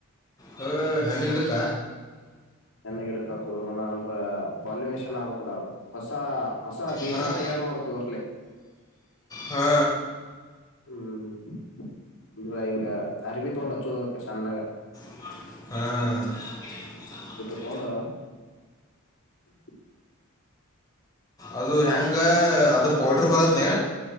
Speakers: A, on the left; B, on the left.
A: ಹ ಹಾನಿಗ್ಡೇಕ
B: ಹೆಣ ಗಿಡಕ್ ಹಾಕುದು ಅಂದ್ರ ಪಲ್ಮೇಷನ್ ಆಗ್ಬಕ್ಲ ಅದು ಹೊಸ ಹಸ ಬೀಜಾ
A: ಹಾಂ
B: ತಯಾರು ಮಾಡುದುದ ಅಧುರ್ಲಿ
A: ಹಾ
B: ಹ್ಮ್ ಅದವಾ ಇಂಕ ಅರಿವಿ ತಗೊಂಡು ಹಾಚದು ಸಣ್ಣಗ
A: ಹ್ಮ್
B: ತಗೊಂಡು ಹ್ಮ <inaudible>
A: ಅದು ಹೆಂಗ ಅದು ಓಡರ್ ಬರತ್ನ